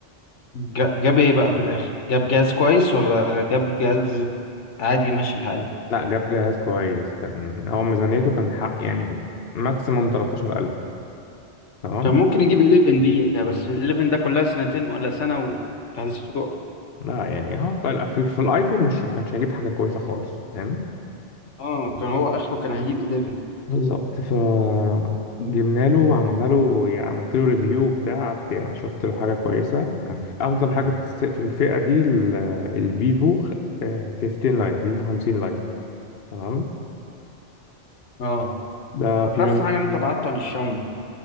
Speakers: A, on the left; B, on the left.
A: جا- جاب ايه بقى في الاخر جاب جهاز كويس ولا جاب جهاز عادي ماشي الحال
B: لا جاب جهاز كويس كان هو ميزانيته كان حق يعني ماكسيموم 13000 تمام
A: كان ممكن يجيب 11 بيها بس ال 11 ده كلها سنتين ولا سنة وتحديثاته تقف
B: لا يعني هو في ال- في, ال- في الايفون مش ما كانش هيجيب حاجة كويسة خالص فاهم
A: اه كان هو اخره كان هيجيب 11
B: بالظبط ف جبنا له وعملنا له يعني عملت له ريفيو بتاع قعدت يعني شفت له حاجه كويسه كان في افضل
A: مم.
B: حاجه في الس- في الفئه دي ال- الفيفو خ- آه، 15 لايت فيفو 50 لايت تمام
A: اه
B: ده
A: انت
B: في
A: احسن
B: من
A: حاجة اللي انت بعته عن الشاومي